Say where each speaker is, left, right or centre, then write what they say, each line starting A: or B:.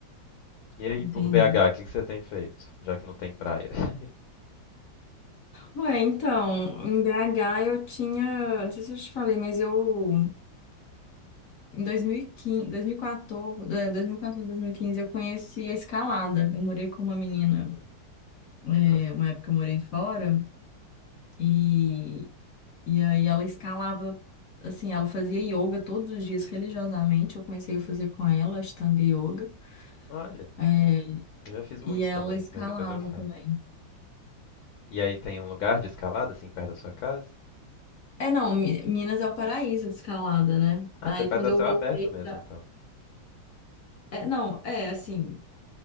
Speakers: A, on the left; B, on the left.
A: E aí,
B: Entendi.
A: por BH, o que que você tem feito? Já que não tem praia. <laughs>
B: Ué, então, em BH eu tinha. Não sei se eu te falei, mas eu. Em 2015, 2014, é, 2014, 2015, eu conheci a escalada. Eu morei com uma menina,
A: Hum,
B: é,
A: nossa.
B: uma época eu morei fora, e, e aí ela escalava, assim, ela fazia yoga todos os dias religiosamente. Eu comecei a fazer com ela, Ashtanga Yoga,
A: Olha,
B: é,
A: eu já fiz muitos
B: e ela
A: também,
B: escalava
A: mas depois eu falo.
B: também.
A: E aí tem um lugar de escalada, assim, perto da sua casa?
B: É, não, Mi- Minas é o paraíso de escalada, né?
A: Ah,
B: Aí
A: você faz
B: quando
A: a
B: eu
A: céu
B: voltei
A: aberto mesmo,
B: pra.
A: então.
B: É, não, é assim.